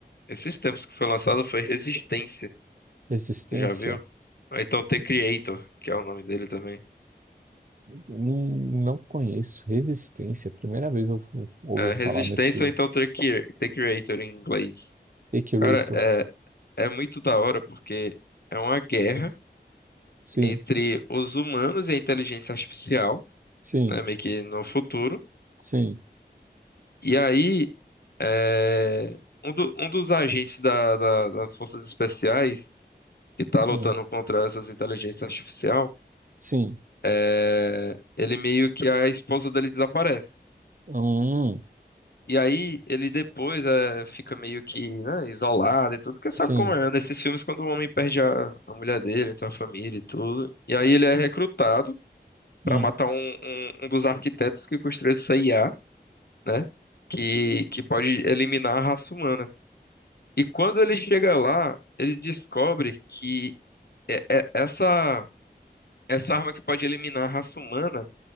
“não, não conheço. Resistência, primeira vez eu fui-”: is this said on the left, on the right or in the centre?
Right